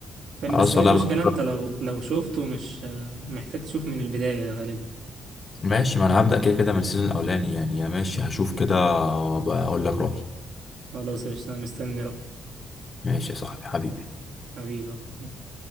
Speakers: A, on the right (about 65°); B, on the left (about 35°).
A: فاهم
B: خلاص
A: بس هي
B: ولا
A: المشكلة
B: بجرب
A: انت لو لو شفته مش آه، محتاج تشوف من البداية غالبا
B: ماشي ما انا هبدأ كده كده من السيزون الاولاني يعني يا ماشي هشوف كده وبقول لك رأيي
A: خلاص قشطة انا مستني رأيك
B: ماشي يا صاحبي حبيبي
A: حبيبي يا أبو حميد.